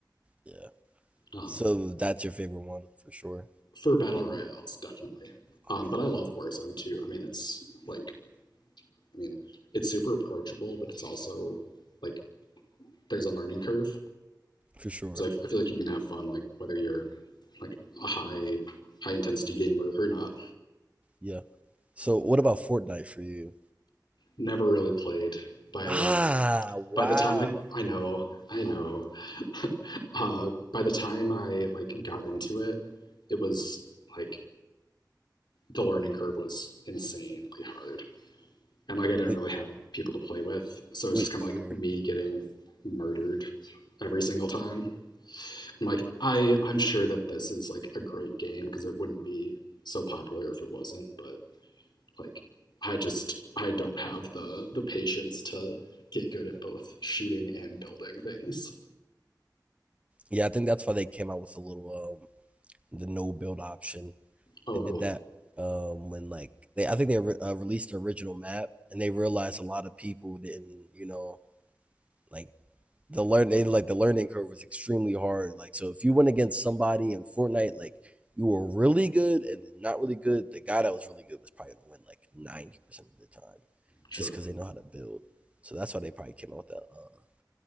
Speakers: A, on the right; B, on the left.
A: yeah.
B: um,
A: So that's your favorite one for sure.
B: for battle royales definitely.
A: Okay,
B: Um, but I love Warzone too. I mean, it's like
A: yeah,
B: I mean it's super approachable, but it's also like there's a learning curve.
A: for sure.
B: So I I feel like you can have fun like whether you're like a high high intensity gamer or not.
A: Yeah. So what about Fortnite for you?
B: Never really played by
A: Ah, wow.
B: by the time I I know I know <laughs> uh, by the time I like got into it, it was like the learning curve was insanely hard, and like I didn't
A: What
B: really have people to play with, so it's
A: what
B: just kind
A: year?
B: of like me getting murdered every single time. I'm like I I'm sure that this is like a great game because it wouldn't be so popular if it wasn't, but like I just I don't have the the patience to get good at both shooting and building things.
A: Yeah, I think that's why they came out with a little um the no build option.
B: Oh,
A: They did
B: cool.
A: that um when like they I think they re- uh, released the original map and they realized a lot of people didn't you know like the learn they like the learning curve was extremely hard. Like so, if you went against somebody in Fortnite, like you were really good and not really good, the guy that was really good was probably gonna win like ninety percent of the time,
B: Sure.
A: just because they know how to build. So that's why they probably came out with that uh,